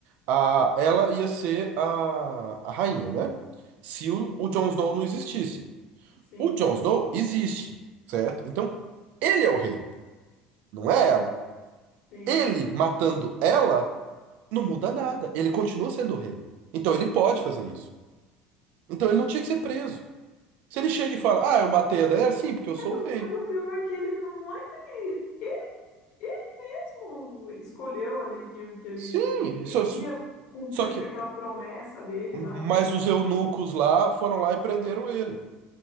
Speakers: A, on the right (about 65°); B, on the left (about 60°).
A: a, ela ia ser a, a rainha, né? Se
B: Sim,
A: o, o Jon
B: sim,
A: Snow não existisse.
B: sim.
A: O Jon Snow existe, certo? Então, ele é o rei, não é ela.
B: sim.
A: Ele matando ela não muda nada. Ele continua sendo o rei. Então, ele pode fazer isso. Então, ele não tinha que ser preso. Se ele chega e fala, ah, eu matei a Daenerys, sim, porque eu sou
B: Mas, o,
A: o rei.
B: mas o pior é que ele não, não é que ele, ele, ele mesmo escolheu ali que, que ele
A: Sim,
B: queria
A: só,
B: cumprir
A: só que...
B: com aquela promessa dele lá
A: Mas
B: da.
A: os eunucos lá foram lá e prenderam ele.